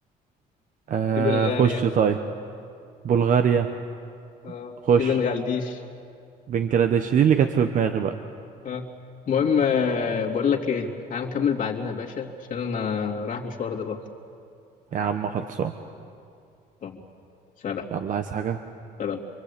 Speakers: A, on the right; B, on the left.
A: آه
B: في بلغاريا
A: خش طيب بلغاريا
B: اه
A: خش
B: في بنغلاديش
A: بنجلاديش دي اللي كانت في دماغي بقى
B: اه المهم آه، بقول لك ايه تعال نكمل بعدين يا باشا عشان انا رايح مشوار دلوقتي
A: يا عم خلصان
B: طب سلام
A: يلا عايز حاجة
B: سلام